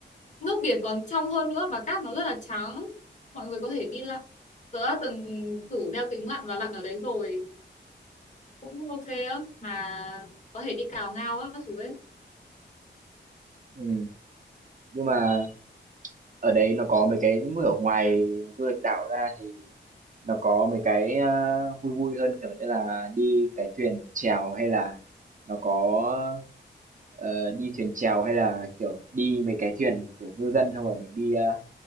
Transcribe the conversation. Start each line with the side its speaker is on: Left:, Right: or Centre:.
Left: nước biển còn trong hơn nữa và cát nó rất là trắng mọi người có thể đi lặn tớ đã từng thử đeo kính lặn và lặn ở đấy rồi cũng ok á mà có thể đi cào ngao á các thứ ấy
Right: Ừ. nhưng mà ở đấy nó có mấy cái như ở ngoài du lịch đảo ra thì nó có mấy cái, a, vui vui hơn, kiểu như là, đi cái thuyền chèo hay là nó có, ờ, đi thuyền chèo hay là, kiểu, đi mấy cái thuyền, kiểu, ngư dân không rồi mình đi, a,